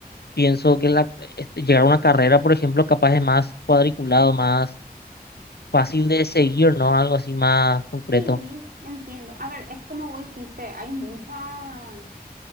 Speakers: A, on the left; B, on the right.
A: pienso que la, este, llegar a una carrera, por ejemplo, capaz es más cuadriculado, más fácil de seguir, ¿no? Algo así más concreto.
B: Sí, entiendo. A ver, es como vos dijiste, hay muchas